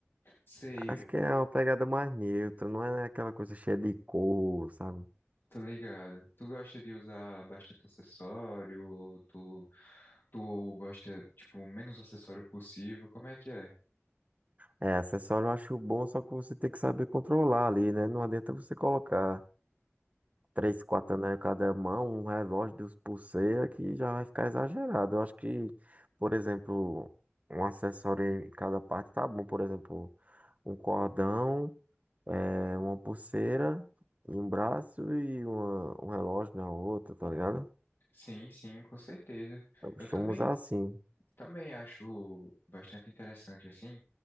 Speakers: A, on the left; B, on the right.
A: Sei,
B: Acho que é uma pegada mais neutra, não é aquela coisa cheia de cor, sabe?
A: tô ligado. Tu gosta de usar bastante acessório, ou tu, tu gosta, tipo, o menos acessório possível, como é que é?
B: É, acessório eu acho bom, só que você tem que saber controlar ali, né? Não adianta você colocar três, quatro anéis em cada mão, um relógio, duas pulseiras, que já vai ficar exagerado. Eu acho que, por exemplo, um acessório em cada parte tá bom. Por exemplo, um cordão. É uma pulseira em um braço e uma, um relógio na outra, tá ligado?
A: Sim, sim, com certeza.
B: Eu costumo
A: Eu também,
B: usar assim.
A: também acho bastante interessante assim.